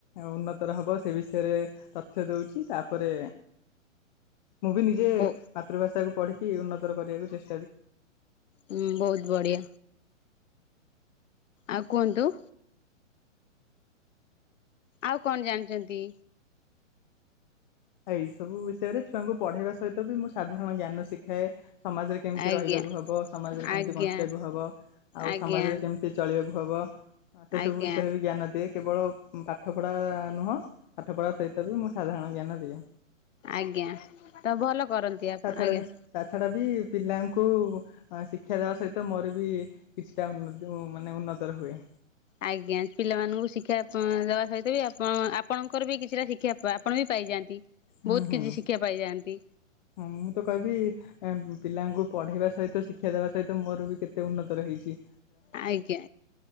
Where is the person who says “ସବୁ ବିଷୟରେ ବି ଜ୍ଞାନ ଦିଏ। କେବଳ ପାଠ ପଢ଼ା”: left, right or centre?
Left